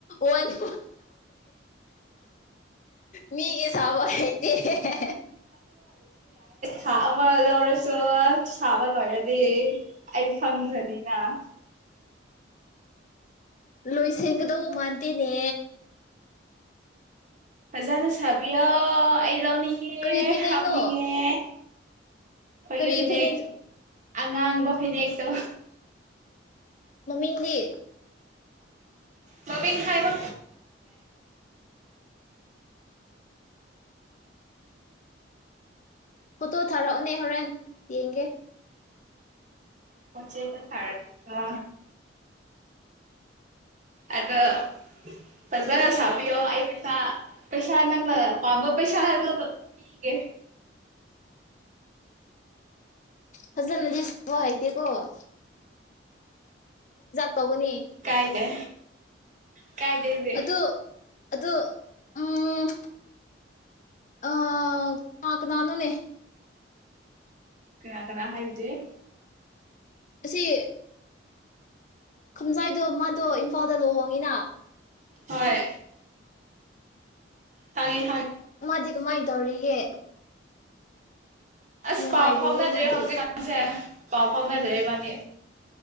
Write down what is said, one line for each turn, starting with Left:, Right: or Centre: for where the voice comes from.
Left: ꯋꯥꯂ ꯃꯤ ꯀ ꯁꯥꯕ ꯍꯥꯏꯩꯇ
Right: ꯍ ꯑꯃ ꯧꯔꯦꯁꯨ ꯁꯥꯥꯕ ꯂꯣꯏꯔꯗꯤꯦ ꯑꯩ ꯐꯪꯈ꯭ꯔꯗꯤꯦ ꯑꯅ
Left: ꯂꯣꯏꯁꯟꯒꯗꯧ ꯃꯥꯟꯇꯦꯅꯦ
Right: ꯐꯖꯥꯅ ꯁꯥꯕꯤꯌ ꯑꯩ ꯗꯧꯅꯤꯡꯒꯦ
Left: ꯀꯔꯤ ꯐꯅꯦꯛꯅꯣ
Right: ꯍꯥꯞꯅꯤꯡꯉ ꯐꯣꯏꯒꯦ
Left: ꯀꯔꯤ
Right: ꯐꯅꯦꯦꯛ
Left: ꯐꯅꯦꯛ
Right: ꯉꯥꯡꯕ ꯐꯅꯦꯛꯇꯣ
Left: ꯃꯃꯤꯡꯗꯤ
Right: ꯃꯃꯤꯤꯟ ꯈꯕ
Left: ꯐꯣꯇꯣ ꯊꯥꯔꯛꯑꯣꯅꯦ ꯍꯣꯔꯦꯟ ꯌꯦꯡꯒꯦ
Right: ꯍꯆꯦꯗ ꯐꯔ ꯀ ꯑꯗ ꯐꯖꯒ ꯁꯥ ꯣ ꯑꯩ ꯄꯩꯁꯥ ꯄꯩꯁꯥ ꯅꯪꯅ ꯄꯥꯝꯕ ꯄꯩꯁ ꯑꯗꯨꯣ ꯍꯤꯦ
Left: ꯐꯖꯅꯗꯤꯕ ꯍꯥꯏꯗꯤꯦꯀꯣꯖ ꯇꯧꯒꯅꯤ
Right: ꯀꯥꯏꯗꯦ ꯀꯥꯏꯗꯦꯗꯤ
Left: ꯑꯗꯨ ꯑꯗꯨ ꯎꯝ ꯑ ꯀꯥ ꯀꯅꯥꯅꯣꯅꯦ
Right: ꯀꯅꯥ ꯀꯅꯥ ꯍꯥꯏꯗꯤꯦ
Left: ꯑꯁꯤꯁ ꯈꯝꯖꯥꯏꯗꯣ ꯃ ꯑꯗꯣ ꯏꯝꯐꯥꯜꯗ ꯂꯨꯍꯣꯡꯉꯤꯅ
Right: ꯍꯣꯏ ꯍꯥꯏꯌꯦ
Left: ꯃꯗꯤꯒ ꯃꯥꯥꯏ ꯇꯧꯔꯤꯒꯦ
Right: ꯑꯁ
Left: ꯅꯨꯡꯉꯥꯏꯔꯤꯕ꯭ꯔꯣ
Right: ꯄꯥꯎ ꯐꯥꯎꯅꯗ꯭ꯔꯦ
Left: ꯃꯥꯗꯤ
Right: ꯍꯧꯖꯤꯛꯀꯥꯟꯁꯦ ꯄꯥꯎ ꯐꯥꯎꯅꯗ꯭ꯔꯦ ꯏꯕꯥꯅꯤ